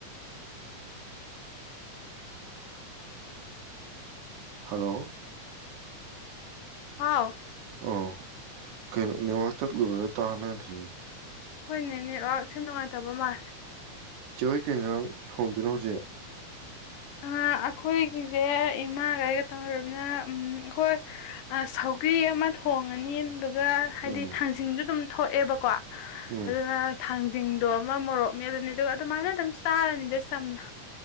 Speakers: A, on the right; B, on the left.
A: ꯍꯜꯂꯣ
B: ꯍꯥꯎ
A: ꯑꯣ ꯀꯩꯅꯣ ꯅꯦꯠꯋꯥꯛ ꯆꯠꯂꯨꯔꯒ ꯇꯥꯟꯅꯗ꯭ꯔꯤꯅꯦ
B: ꯍꯣꯏꯅꯦꯅꯦ ꯁ ꯅ ꯇꯕ ꯃꯥ
A: ꯆꯔꯣꯏ ꯀꯖ ꯊꯣꯡꯗꯨꯅ ꯍꯧꯖꯤꯛ
B: ꯑꯩꯈꯣꯏꯒꯤꯁꯦ ꯏꯃꯥꯒꯩꯒ ꯇꯧꯔꯕꯅ ꯑꯩꯈꯣꯏ ꯁꯧꯒ꯭ꯔꯤ ꯑꯃ ꯊꯣꯡꯉꯅꯤ ꯑꯗꯨꯒ ꯍꯥꯏꯗꯤ
A: ꯎꯝ
B: ꯊꯥꯡꯖꯤꯡꯗꯨ ꯑꯗꯨꯝ ꯊꯣꯛꯑꯦꯕꯀꯣ
A: ꯎꯝ
B: ꯑꯗꯨꯅ ꯊꯥꯡꯖꯤꯡ ꯑꯗꯣ ꯑꯃ ꯃꯣꯔꯣꯛꯃꯦ ꯑꯗꯨꯅꯦ ꯑꯗꯨꯒ ꯑꯗꯨꯃꯥꯏꯅ ꯑꯗꯨꯝ ꯆꯥꯔꯅꯤꯗ ꯁꯝꯅ